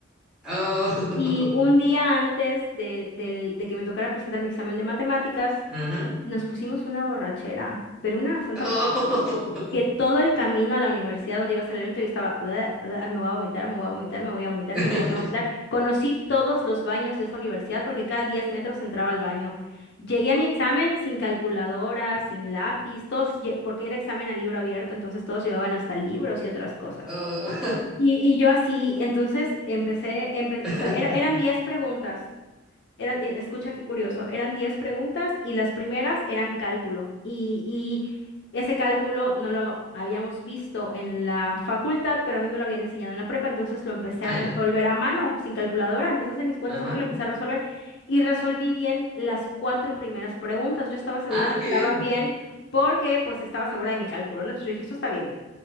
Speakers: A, in the centre; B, on the left.
A: Oh.
B: Y un
A: <laughs>
B: día antes del- del- de que me tocara presentar mi examen de matemáticas,
A: Ajá.
B: nos pusimos una borrachera, pero una bastante...
A: Oh.
B: Que, que todo el camino a la universidad donde iba a ser el evento yo estaba... "Bleh, bleh, me voy a vomitar, me voy a vomitar, me voy a vomitar,
A: <laughs>
B: me voy a vomitar. Conocí todos los baños de esa universidad porque cada 10 metros entraba al baño. Llegué a mi examen sin calculadora, sin lápiz, todos... lle- porque era examen a libro abierto, entonces todos llevaban hasta libros y otras cosas.
A: Oh.
B: Y, y yo así, entonces empecé, empe-
A: <laughs>
B: o sea, era- eran 10 preguntas. Eran, e- escucha qué curioso, eran 10 preguntas y las primeras eran cálculo. Y, y ese cálculo no lo habíamos visto en la facultad, pero a mí me lo habían enseñado en la prepa, entonces lo empecé
A: Ah,
B: a resolver
A: ya.
B: a mano, sin calculadora, empecé a hacer mis cuentas
A: Ajá.
B: a mano, lo empecé a resolver y resolví bien las cuatro primeras preguntas. Yo estaba segura
A: Ah,
B: que
A: qué
B: estaban
A: bien.
B: bien porque pues estaba segura de mi cálculo, ¿no? Entonces yo dije, esto está bien.